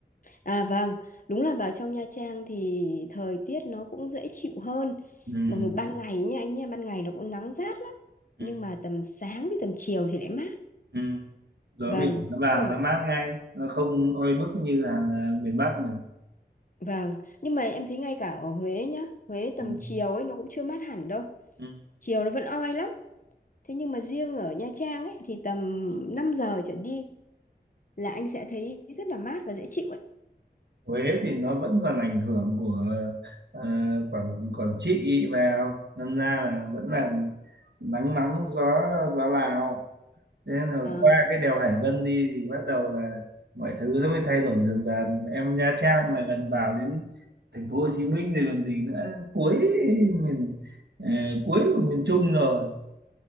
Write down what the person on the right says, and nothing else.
ừ.
Ừ.
Ừ. gió
biển nó vào
nó mát ngay nó không oi bức như ở miền Bắc này
ừ.
Ừ.
Huế thì nó vẫn còn ảnh hưởng của ờ, Quảng Quảng Trị vào đâm ra là vẫn là nắng nóng gió gió Lào thế là
qua cái đèo Hải Vân đi thì bắt đầu là mọi thứ nó mới thay đổi dần dần em Nha Trang là gần vào đến thành phố Hồ Chí Minh rồi còn gì nữa cuối miền ờ, cuối của miền Trung rồi